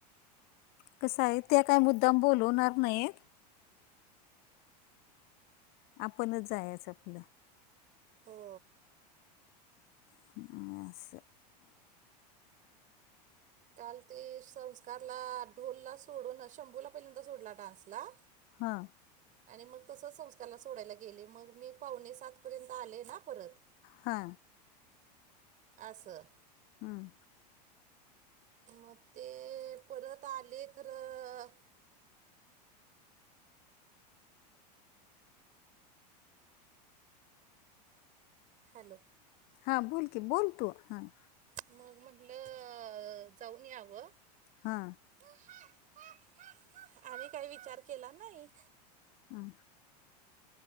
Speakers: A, on the left; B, on the right.
A: कस आहे त्या काय मुद्दाम बोलवणार नाहीत. आपणच जायच आपलं.
B: हो.
A: ह हे असं
B: काल ते संस्कारला ढोलला सोडून शंभूला पहिल्यांदा सोडला डान्स ला.
A: हं.
B: आणि मग तसं संस्कारला सोडायला गेले मग मी पावणे सात पर्यंत आले ना परत.
A: हा.
B: असं.
A: हम्म.
B: मग ते परत आले खरं. हॅलो
A: हा बोल की बोल तू, हा.
B: मग म्हणलं जाऊन यावं.
A: हा.
B: हट्ट हट्ट हटट हट्ट आम्ही काय विचार केला नाही.
A: हा.